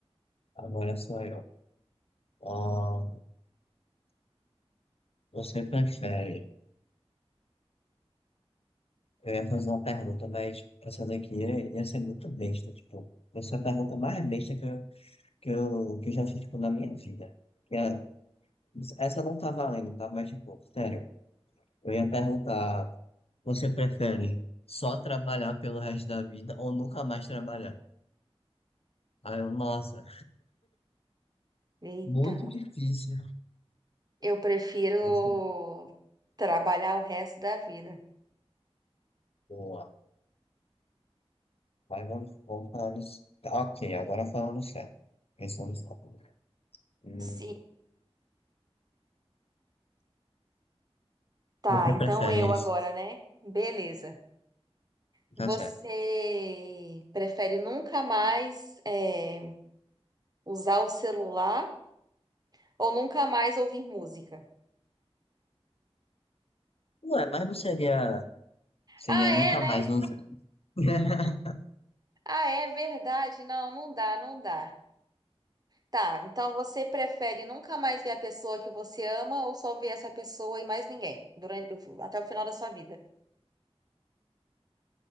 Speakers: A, on the left (about 65°); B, on the right (about 40°).
A: Agora sou eu. Ah, você prefere? Eu ia fazer uma pergunta, mas essa daqui ia, ia ser muito besta, tipo. Essa é a pergunta mais besta que eu, que eu, que eu já fiz, tipo, na minha vida. Que é, essa não tá valendo, tá? Mas, tipo, sério. Eu ia perguntar, você prefere só trabalhar pelo resto da vida ou nunca mais trabalhar? Aí eu, nossa,
B: Eita,
A: muito difícil.
B: eu prefiro
A: Essa- é
B: trabalhar o resto da vida.
A: Boa. Mas vamos, vamos falando. s- tá, Ok, agora falando sério. Pensando sério. Hum,
B: Sim. Tá,
A: você
B: então
A: prefere
B: eu
A: isso?
B: agora, né? Beleza. Você
A: Tá certo.
B: prefere nunca mais eh, usar o celular? Ou nunca mais ouvir música.
A: Ué, mas não seria. Seria
B: Ah,
A: nunca
B: é, né?
A: mais usar. <laughs>
B: Ah, é verdade. Não, não dá, não dá. Tá, então você prefere nunca mais ver a pessoa que você ama ou só ver essa pessoa e mais ninguém durante até o final da sua vida?